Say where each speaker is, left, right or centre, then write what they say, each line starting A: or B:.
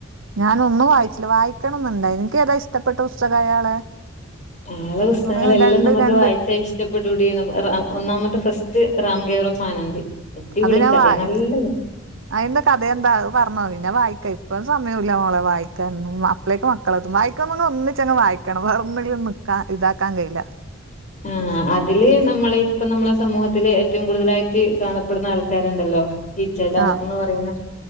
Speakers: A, on the right; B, on the left.
A: ഞാൻ ഒന്നും വായിച്ചില്ല വായിക്കണംന്നുണ്ടായി നിനക്ക് ഏതാ ഇഷ്ടപ്പെട്ട പുസ്തകം അയാളെ
B: ആളെ പുസ്തകങ്ങളെല്ലാം
A: കൊറേ രണ്ട്
B: നമുക്ക്
A: രണ്ട്
B: വായിച്ചാ ഇഷ് ഇഷ്ടപ്പെടൂടി ഒന്നാമത്തെ ഫസ്റ്റ് റാംകെവറോഫ ആനന്ദി അടിപൊളി
A: അത് ഞാൻ
B: കഥയാ
A: വായി
B: നല്ല
A: അതിന്റെ കഥയ എന്താ പറഞ്ഞോ പിന്നെ വായിക്കാ ഇപ്പം സമയമ ഇല്ല മോളെ വായിക്കാന്ന് അപ്പളേക്ക് മക്ക <unintelligible> വായിക്കുമ ഒന്നിങ്ങ് വായിക്കണം വേറെന്നെിലും നിക്കാ ഇതാക്കാൻ കഴയില്ല
B: ആഹാ അതില് നമ്മള ഇപ്പ നമ്മളെ സമൂഹത്തില്ൽ ഏറ്റവും കൂടുതലായിട്ട് കാണപ്പെടുന്ന ആൾക്കാരുണ്ടല്ലോ ഹിജഡ
A: ആഹ്
B: എന്ന് പറയുന്ന